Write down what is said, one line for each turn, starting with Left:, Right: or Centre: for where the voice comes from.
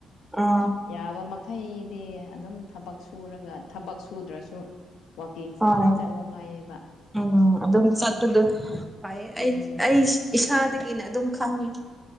Centre: ꯑꯥ
Left: ꯌꯥꯕ ꯃꯈꯩꯗꯤ ꯑꯗꯨꯝ ꯊꯕꯛ ꯁꯨꯔꯒ ꯊꯕꯛ ꯁꯨꯗ꯭ꯔꯁꯨ ꯋꯥꯀꯤꯡꯁꯦ
Centre: ꯑꯥ
Left: ꯑꯗꯨꯝ ꯆꯠꯂꯣ ꯍꯥꯏꯌꯦꯕ
Centre: ꯎꯝ ꯑꯗꯨꯝ ꯆꯠꯄꯗꯣ <unintelligible> ꯌꯦ ꯑꯩ
Left: ꯎꯝ
Centre: ꯑꯩꯁ ꯏꯁꯥꯗꯒꯤꯅ ꯑꯗꯨꯝ ꯈꯪꯉꯤ